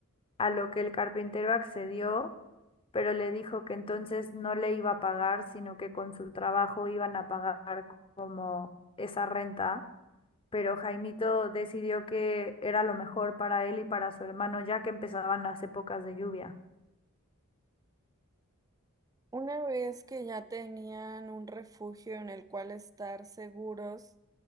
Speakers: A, on the left (about 25°); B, on the right (about 15°).
A: a lo que el carpintero accedió, pero le dijo que entonces no le iba a pagar, sino que con su trabajo iban a pagar como esa renta. Pero Jaimito decidió que era lo mejor para él y para su hermano, ya que empezaban las épocas de lluvia.
B: Una vez que ya tenían un refugio en el cual estar seguros,